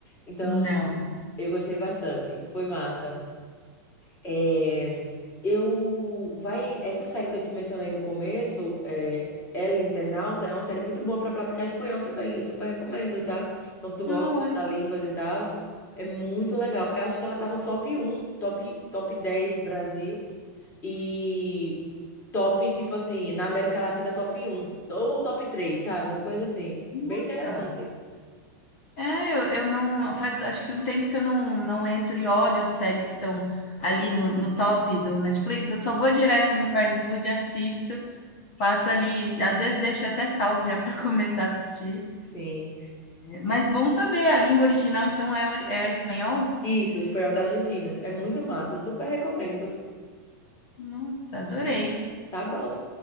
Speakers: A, on the left (about 20°); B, on the left (about 45°).
A: Então,
B: Não.
A: eu gostei bastante. Foi massa. É, eu vai essa série que eu te mencionei no começo, é, El Internauta, é uma série muito boa para praticar espanhol também. Eu super recomendo, tá? Então, se tu gosta
B: Não,
A: de estudar
B: eu-
A: línguas e tal, é muito legal. Eu acho que ela tá no top um top, top 10 Brasil e top, tipo assim, na América Latina, top um ou top três sabe? Uma coisa assim,
B: nossa.
A: bem interessante.
B: É, eu, eu não. Faz acho que um tempo que eu não, não entro e olho as séries que estão ali no, no top do Netflix. Eu só vou direto no Parenthood, assisto, passo ali. Às vezes deixo até salvo já para <laughs> começar a assistir.
A: Sim.
B: Mas bom saber, a língua original então é, é espanhol?
A: Isso, o espanhol da Argentina. É muito massa, eu super recomendo.
B: Nossa, adorei.
A: Tá bom.